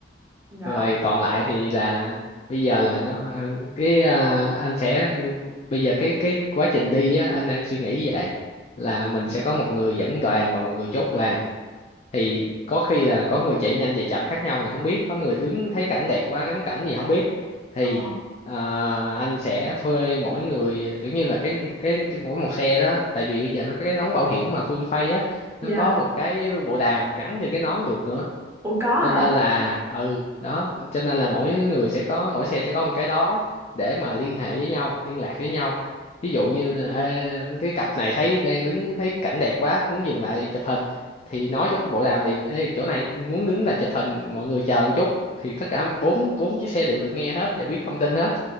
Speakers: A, on the right (about 15°); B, on the left (about 35°).
A: rồi
B: rồi còn lại thì là bây giờ là nó cái ờ, anh sẽ bây giờ cái cái quá trình đi á anh đang suy nghĩ vậy là mình sẽ có một người dẫn đoàn và một người chốt đoàn thì có khi là có người chạy nhanh chạy chậm khác nhau mình không biết có người đứng thấy cảnh đẹp quá ngắm cảnh gì không biết thì
A: ờ
B: à, anh sẽ thuê mỗi người kiểu như là cái cái mỗi một xe đó tại vì bây giờ nó có cái nón bảo hiểm mà full face á
A: dạ
B: nó có một cái bộ đàm gắn trên cái nón được nữa
A: ủa có
B: cho
A: hả
B: nên là ừ đó cho nên là mỗi người sẽ có mỗi xe sẽ có một cái đó để mà liên hệ với nhau liên lạc với nhau ví dụ như là, ê, cái cặp này thấy đang đứng thấy cảnh đẹp quá muốn dừng lại chụp hình thì nói trong bộ đàm liền ê chỗ này muốn đứng lại chụp hình mọi người chờ một chút thì tất cả bốn bốn chiếc xe đều được nghe hết đều biết thông tin hết